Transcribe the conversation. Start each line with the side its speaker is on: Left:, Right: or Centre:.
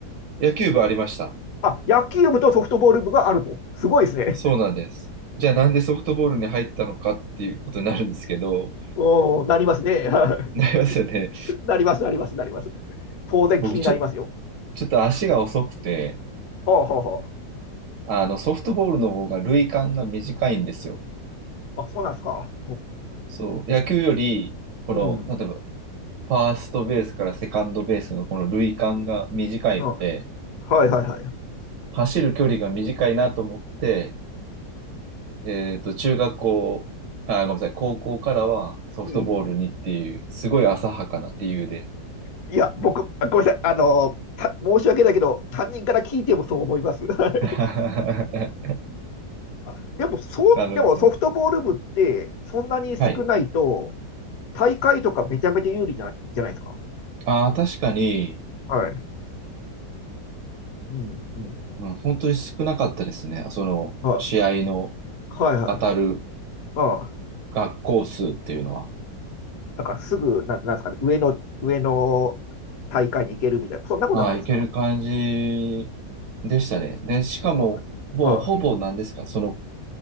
Right: 野球部ありました。
Left: あ、野球部とソフトボール部があると。すごいですね。
Right: そうなんです。じゃあなんでソフトボールに入ったのかっていうことになるんですけど、
Left: <laughs> うん、なりますね。<laughs> はい
Right: なりますよね。
Left: なります、なります、なります。当然気になりますよ。
Right: 僕ちょ、ちょっと足が遅くて、
Left: はあ、はあ、は
Right: あのソフトボールの方が塁間が短いんですよ。
Left: あ。あ、そうなんですか。
Right: そう、野球より、この、
Left: うん。
Right: 例えばファーストベースからセカンドベースのこの塁間が短いので、
Left: うん。はいはいはい。
Right: 走る距離が短いなと思って、えっと、中学校、あ、ごめんなさい、高校からはソフトボールにっていう、
Left: うん。
Right: すごい浅はかな理由で。
Left: いや、僕、あごめんなさい。あの、た、申し訳ないけど、担任から聞いてもそう思います。<laughs> はい
Right: <laughs> あ
Left: あでも、そう、
Right: の、
Left: でもソフトボール部って、
Right: そう。
Left: そんなに少ないと、
Right: はい。
Left: 大会とかめちゃめちゃ有利じゃない、じゃないですか。
Right: ああ、確かに、
Left: はい。うん、うん。
Right: うん、本当に少なかったですね。その、
Left: は
Right: 試合の
Left: い。はいはい。
Right: 当たる
Left: ああ。
Right: 学校数っていうのは。
Left: なんかすぐ、な、なんですかね、上の、上の大会に行けるみたいな、そんなことはないですか
Right: ああ、いける感じでしたね。で、しかも、
Left: ああ、
Right: もうほぼ何ですか、
Left: あ
Right: その